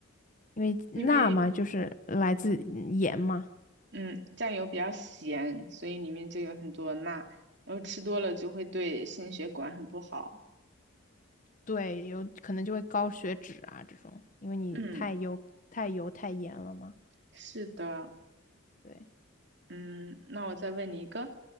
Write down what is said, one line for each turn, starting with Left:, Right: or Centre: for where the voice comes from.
Left: 因为钠嘛，
Right: 因为。
Left: 就是来自盐嘛。
Right: 嗯，酱油比较咸，所以里面就有很多钠，然后吃多了就会对心血管很不好。
Left: 对，有可能就会高血脂啊这种，因为你太油、
Right: 嗯，
Left: 太油、太盐了嘛。
Right: 是的，
Left: 对，
Right: 嗯，那我再问你一个，